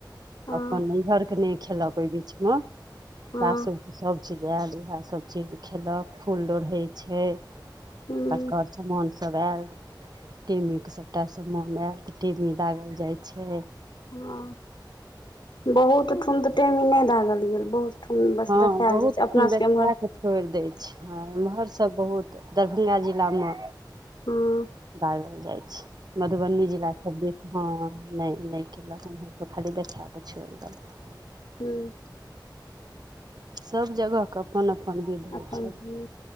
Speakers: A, on the left (about 70°); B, on the right (about 60°).
A: हँ
B: अपन नैहर कऽ नै खेलक ओइ बीच म
A: हँ
B: सासुर स सब चीज ऐल उहै सब चीज खेलक फूल लोड़ैत छै <inaudible>
A: हूँ
B: तकर समान सब ऐल टेमी कऽ सभटा समान एल तऽ टेमी दागल जाइ छै
A: हँ बहुत ठुम टेमी नै दागल गेल बहुत ठुम बस
B: हँ
A: देखायल
B: बहुत
A: जाइ छै
B: ठुन
A: अपना सबके
B: देखा
A: एम्हर
B: कऽ छोड़ दै छै हँ एमहर सब बहुत दरभंगा जिला में
A: हँ
B: बारल जाइ छै मधुबनी जिला सब दि हँ नय नय केलक उमहर के खाली देखा कऽ छोड़ देलक
A: हूँ
B: सभ जगह के अपन अपन विध होइ
A: अपन
B: छै
A: हूँ